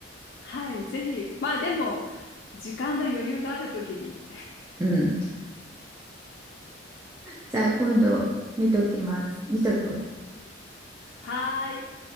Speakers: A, on the left (about 55°); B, on the right (about 15°).
A: はい、ぜひ。まあでも、時間の余裕があるときに。
B: うん。じゃあ、今度、見ときます。見とく。
A: はーい。